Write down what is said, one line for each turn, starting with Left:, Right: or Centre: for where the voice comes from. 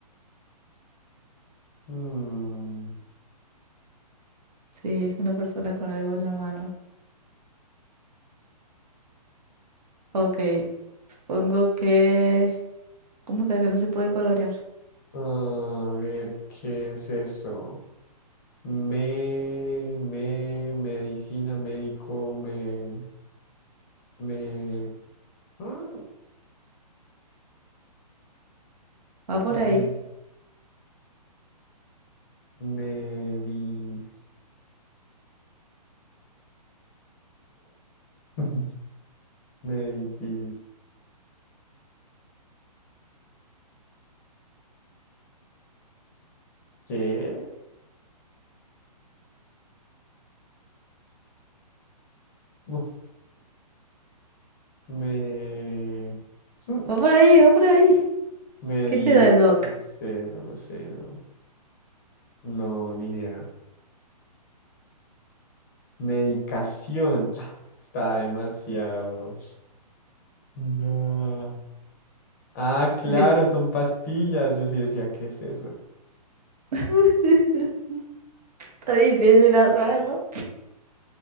Left: Mm,
Right: Sí, es una persona con algo en la mano. Ok, supongo que... ¿Cómo que que no se puede colorear?
Left: a ver, ¿qué es eso? Me, me, medicina, médico, me, me, ah,
Right: Va por
Left: me,
Right: ahí,
Left: medicinador, <laughs> medici, ¿qué? Uf, Me, <laughs>
Right: va por ahí, va por ahí.
Left: me
Right: ¿Qué
Left: di,
Right: te da el doc?
Left: no sé, no lo sé, no. No, ni idea. Medicación. Ah, Está demasiado. No. Ah, claro,
Right: Entonces,
Left: son pastillas. Yo sí decía, ¿qué es eso?
Right: <laughs> está difícil hacerlo.